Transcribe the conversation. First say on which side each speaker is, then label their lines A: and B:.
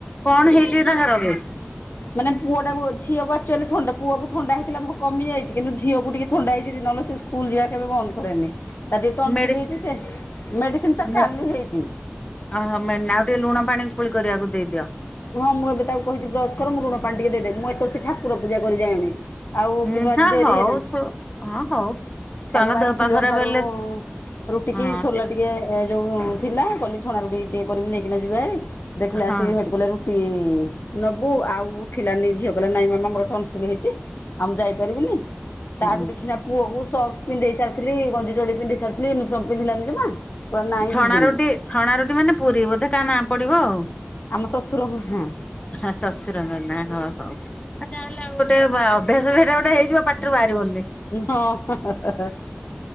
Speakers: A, on the left; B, on the left.
A: କଣ ହେଇଛି ତାଙ୍କର କି?
B: ନା ପୁଅ ଟା ଝିଅକୁ ଆକ୍‌ଚୁଏକି ଆଲି ଥଣ୍ଡା ପୁଅକୁ ଥଣ୍ଡା ହେଇଥିଲା ଭ <unintelligible> କମିଯାଇଛି କିନ୍ତୁ ଝିଅକୁ ଟିକେ ଥଣ୍ଡା ହେଇଛି ନହେଲେ ସେ ସ୍କୁଲ ଯିବା କେବେ ବନ୍ଦ କରେନି। ତାର ଟିକେ ଟଂଶ୍ଲିକ
A: ମେଡିସି
B: ହେଇଚି ସେ ମେଡିସିନ ତାର
A: ମେ
B: କାଲି ହେଇଚି।
A: ଓହୋ ମେ ଆଉ ଟିକେ ଲୁଣ ପାଣି କୁଳି କରିବାକୁ ଦେଇଦିଅ।
B: ହଁ ମୁଁ ଏବେ ତାକୁ କହିଚି ବ୍ରସ କର ମୁଁ ଲୁଣ ପାଣି ଟିକେ ଦେଇଦବି ମୁଁ ଏତଅସି କି ଠାକୁର ପୂଜା କରି ଯାଇନି। ଆଉ
A: ହୁଁ
B: କିନ୍ତୁ ଆଜି
A: ହଁ
B: ଡେରି
A: ହଉ
B: ହେଲାଣି।
A: ଛୁ ହଁ ହଉ ଛୁଆଙ୍କ
B: ତାଙ୍କ ପାଇଁ
A: ଦେହ
B: ଉଠିଲି
A: ପା ଖରାପ
B: ଅନ୍ଧାରୁ
A: ହେଲେ
B: ରୁଟି
A: ହଁ
B: କିି ସୋଲା
A: ସେ
B: ଟିକେ ଏ ଯୋଉ ଥିଲା କଲି ଛଣାରୁୁଟି ଟିକେ କରିବି ନେଇକି ନା ଯିବେହାରି ଦେଖିଲା
A: ହଁ
B: ଅଳସିକି ହେଟୁ କହିଲେ ରୁଟି ରୁଟି ନବୁ ଆଉ ଉଠିଲାନି ଝିଅ କହିଲା ନାଇଁ ମାମା ମୋର ଟଂଶ୍ଲିକ ହେଇଚି ଆଉ ମୁଁ ଯା ପାରିବିନି
A: ହୁଁ
B: ତାଠୁ ଦେଖିକିନା ପୁଅ କୁ ସକ୍ସ ପିନ୍ଧେଇ ସାରିଥିଲି ଗଞ୍ଜି ଚଡି ପିନ୍ଧେଇ ସାରିଥିଲି ୟୁନିଫର୍ମ ପିନ୍ଧିଲାନି ଜମା କହିଲା ନାଇଁ
A: ଛଣା
B: ଯିବିନି
A: ରୁଟି ଛଣା ରୁଟି ମାନେ ପୁରୀ ବୋଧେ କା ନାଁ ପଡିବ ଆଉ।
B: ଆମ ଶଶୁରଙ୍କ ନାଁ
A: ହଁ ଶଶୁରଙ୍କ ନା ହଁ ହଁ ଆ ଯାହେଲେ ଆଉ ଗୋଟେ ବା ଅଭ୍ୟାସ ହେଟା ଗୋଟେ ହେଇଯିବ ପାଟିରୁ ବାହାରିବନି
B: ହଁ